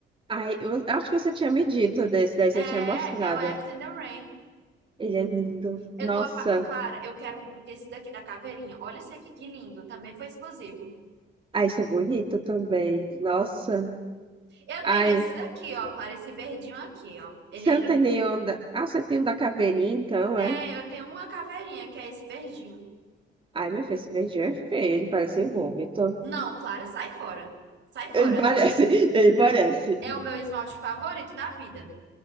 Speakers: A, on the right; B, on the right.
A: ai, eu acho que você tinha me dito desse, daí
B: É,
A: você tinha mostrado.
B: é o After the Rain.
A: Ele é lindo.
B: Eu
A: Nossa,
B: tô, apa- Clara, eu quero muito esse daqui da caveirinha. Olha esse aqui, que lindo. Também foi exclusivo.
A: ai, esse é bonito também. Nossa,
B: Eu
A: ai,
B: tenho esse daqui, ó, Clara, esse verdinho aqui, ó. Ele
A: você
B: é
A: não
B: lindo.
A: tem nenhum da... Ah, você tem um da caveirinha, então,
B: Tem,
A: é?
B: eu tenho uma caveirinha que é esse verdinho.
A: Ai, meu filho, esse beijinho é feio, ele parece um vômito.
B: Não, Clara, sai fora. Sai fora.
A: Ele parece, <laughs> ele parece.
B: É o meu esmalte favorito da vida.